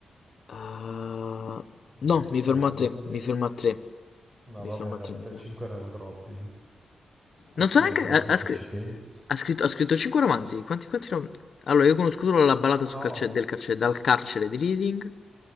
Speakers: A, on the left (about 65°); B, on the right (about 25°).
A: Ehm,
B: Allora,
A: no, mi
B: 3
A: fermo
B: ne
A: a
B: abbiamo
A: tre,
B: detti.
A: mi fermo a tre.
B: No
A: Mi
B: vabbè
A: fermo
B: dai,
A: a tre, mi
B: te
A: sa.
B: 5 erano troppi. eh. Anch'io
A: Non so neanche...
B: adesso
A: Ha,
B: se
A: ha scri-
B: ci penso
A: ha scritto, ha scritto cinque romanzi. Quanti, quanti rom- Allora, io conosco solo la ballata su
B: no,
A: calce- del carcere, dal carcere di Reading,